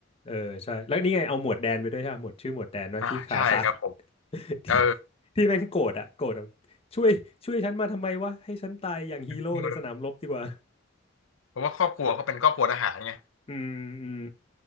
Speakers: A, on the left (about 30°); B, on the left (about 75°).
A: เออใช่แล้วนี่ไงเอาหมวดแดนไปด้วยใช่ปะหมวดชื่อหมวดแดนว่าที่ขาขาด
B: อ่าใช่ครับผม
A: <laughs>
B: เออ
A: ที่ที่แม่งโกรธอะโกรธแบบช่วยช่วยฉันมาทำไมวะให้ฉันตายอย่างฮีโร่ในสนามรบดีกว่า
B: เออเพราะว่าครอบครัวเขาเป็นครอบครัวทหารไง
A: อืมอืม